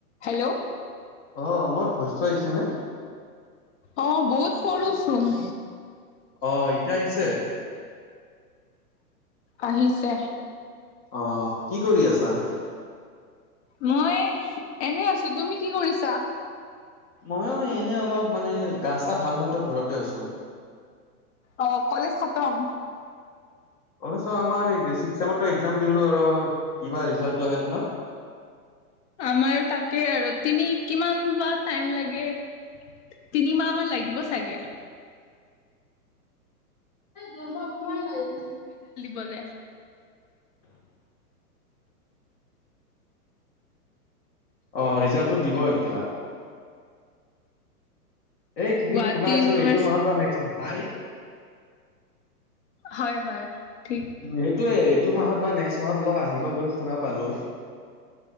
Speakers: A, on the left; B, on the left.
A: Hello
B: অঁ মোৰ ভইছটো আহিছে নে?
A: অঁ বহুত সৰুচোন।
B: অঁ এতিয়া আহিছে।
A: আহিছে।
B: অঁ কি কৰি আছা?
A: মই এনেই আছো, তুমি কি কৰিছা?
B: মইয়ো এনেই অলপ মানে গা‍ঁ চা ভাল হয়তো ঘৰতে আছো।
A: অঁ কলেজ খতম।
B: কলেজ আমাৰ ছিক্স ছেমৰটো এক্জাম দিলো আৰু কিবা ৰিজাল্টটো আহে তোমাৰ?
A: আমাৰ তাকে আৰু তিনি কিমান বা টাইম লাগে? তিনি মাহ মান লাগিব চাগে।
B: নাই দুৰব অকমান <unintelligible>
A: বলে।
B: অঁ ৰিজাল্টটো দিব এতিয়া। এই কিনিম
A: গুৱাহাটী
B: শুনা হৈছো
A: ইউনিভাৰ্চি
B: এইটো মাহত বা নেক্স মাহত। নাই।
A: হয় হয়, ঠিক।
B: উম সেইটোয়ে এইটো মাহত বা নেক্সট মাহত অলপ আহিব বুলি শুনা পালো।